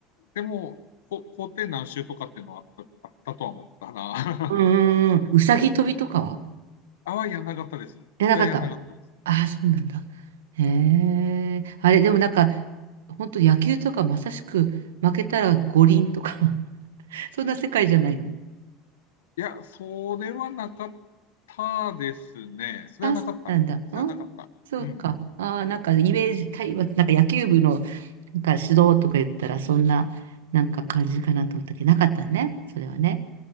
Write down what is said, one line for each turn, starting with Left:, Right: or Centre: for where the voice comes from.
Left: でも、こ校庭何周とかっていうのはあった、あったとは思ったな。
Right: あ、うんう
Left: <laughs>
Right: んうん。うさぎ跳びとかは
Left: あはやんなかったです。
Right: やらなかった。
Left: それやんなかったです。
Right: ああ、そうなんだ。へえ。あれ、でもなんか、本当野球とかまさしく負けたら五輪とか <laughs> そんな世界じゃないの
Left: いや、それはなかったですね。それはなかった。
Right: あ、そうなんだ。
Left: それはなかった。
Right: うんそうか。
Left: うん。
Right: ああ、なんかイメージ、対話、なんか野球部のなんか指導とか言ったら、そんな、なんか感じかなと思ったけど、なかったね。それはね。